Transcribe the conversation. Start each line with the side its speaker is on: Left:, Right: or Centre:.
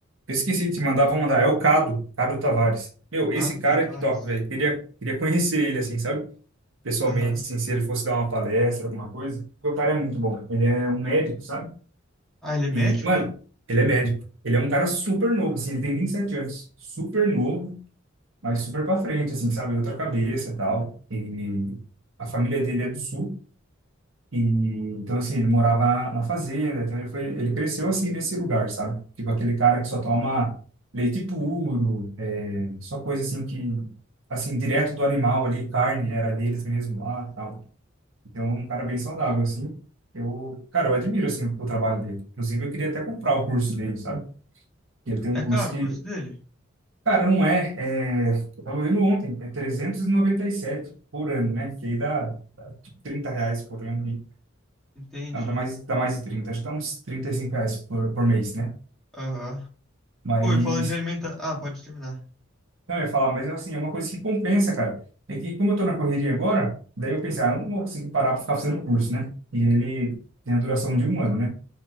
Right: Eu esqueci de te mandar, vou mandar. É o Cado, Cado Tavares. Meu,
Centre: Ricardo
Right: esse cara
Centre: Tavares.
Right: é top, velho. Queria, queria conhecer ele, assim, sabe? Pessoalmente,
Centre: Aham.
Right: assim, se ele fosse dar uma palestra, alguma coisa. Porque o cara é muito bom. Ele é um médico, sabe?
Centre: Ah, ele é médico?
Right: E, mano, ele é médico. Ele é um cara super novo, assim, ele tem 27 anos. Super novo, mas super pra frente, assim, sabe? Outra cabeça e tal. E a família dele é do sul. E, então, assim, ele morava na, na fazenda. Então, ele foi, ele cresceu, assim, nesse lugar, sabe? Tipo aquele cara que só toma leite puro, é, só coisa, assim, que... Assim, direto do animal ali, carne era deles mesmo lá, tal. Então, é um cara bem saudável, assim. Eu, cara, eu admiro, assim, o o trabalho dele. Inclusive, eu queria até comprar o curso dele, sabe? Ele tem um
Centre: É
Right: curso
Centre: caro
Right: que,
Centre: o curso dele?
Right: cara, não é, é, eu tava vendo ontem, é 397 por ano, né? Que aí dá 30 reais por ano, e,
Centre: Entendi.
Right: não, dá mais, dá mais de 30, acho que dá uns 35 reais por, por mês, né?
Centre: Aham.
Right: Mas,
Centre: Pô, e falando de alimentação. Ah, pode terminar.
Right: não, eu ia falar, mas assim, é uma coisa que compensa, cara. É que como eu tô na correria agora, daí eu pensei, ah, eu não vou conseguir parar pra ficar fazendo curso, né? E ele tem a duração de um ano, né?